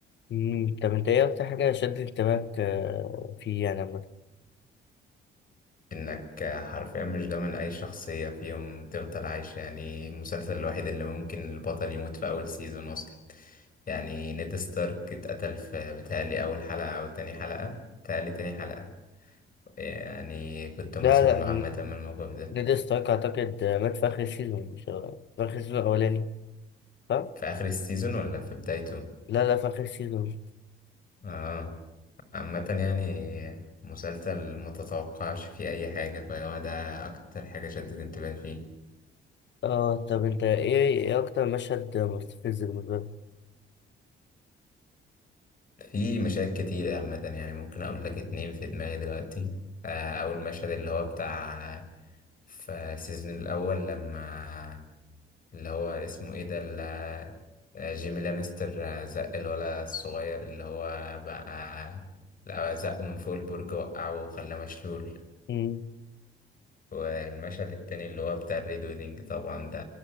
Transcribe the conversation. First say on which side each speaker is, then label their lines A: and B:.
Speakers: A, on the left (about 65°); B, on the left (about 45°).
A: امم طب انت ايه اكتر حاجه شدت انتباهك آه، فيه يعني عامه
B: انك حرفيا مش ضامن اي شخصية فيهم تفضل عايشة يعني المسلسل الوحيد اللي ممكن البطل يموت في اول سيزون اصلا يعني نيد ستارك اتقتل في بتهيألي أول حلقة أو تاني حلقة بتهيألي تاني حلقة يعني كنت مذهول
A: لا لا
B: عامة
A: ن-
B: من الموقف ده
A: نيد ستارك اعتقد آه، مات في اخر السيزون مش في اخر السيزون الاولاني صح
B: في آخر السيزون ولا في بدايته؟
A: لا لا في اخر السيزون
B: اه عامة يعني مسلسل ما تتوقعش فيه أي حاجة فهو ده أكتر حاجة شدت انتباهي فيه
A: اه طب انت ايه ايه اكتر مشهد مستفز بالنسبه لك
B: في مشاهد كتير عامة يعني ممكن أقول لك اتنين في دماغي دلوقتي آه، أول مشهد اللي هو بتاع في السيزون الأول لما اللي هو اسمه ايه ده ال- آه، جيمي لانستر آه، زق الولا الصغير اللي هو بقى لا زقه من فوق البرج وقعه وخلاه مشلول
A: امم
B: والمشهد التاني اللي هو بتاع الريد ويدنج طبعا ده